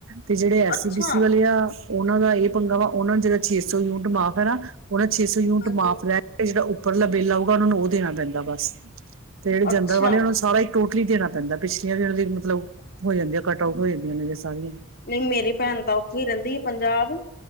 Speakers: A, on the right; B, on the left.
A: ਤੇ ਜਿਹੜੇ ਐਸ
B: ਅੱਛਾ,
A: ਸੀ ਬੀ-ਸੀ ਉਹਨਾਂ ਦਾ ਇਹ ਪੰਗਾ ਵਾ ਉਹਨਾ ਨੂੰ ਜੇੜਾ ਛੇ ਸੌ ਯੂਨਿਟ ਮਾਫ਼ ਹੈ ਨਾ।। ਓਹਨਾ ਛੇ ਸੌ ਯੂਨਿਟ
B: ਹਾਂਜੀ।
A: ਮਾਫ਼ ਰਹਿਣ। ਤੇ ਜੇੜਾ ਉਪਰਲਾ ਬਿੱਲ ਆਊਗਾ ਓਹਨਾ ਨੂੰ ਓਹ ਦੇਣਾ ਪੈਂਦਾ ਬਸ ਤੇ ਜਨਰਲ਼
B: ਅੱਛਾ,
A: ਵਾਲਿਆਂ ਨੂੰ ਸਾਰਾ ਈ ਟੋਟਲ਼ ਲੀ ਦੇਣਾ ਪੈਂਦਾ। ਪਿਛਲੀਆਂ ਵੀ ਉਹਨਾਂ ਦੀ ਮਤਲਬ ਹੋ ਜਾਂਦੀ ਹੈ ਕੱਟ ਆਊਟ ਹੋ ਜਾਂਦੀਆਂ ਨੇ ਸਾਰੀਆਂ
B: ਨਹੀਂ ਮੇਰੀ ਭੈਣ ਤਾਂ ਉੱਥੇ ਹੀ ਰਹਿੰਦੀ ਆ ਪੰਜਾਬ।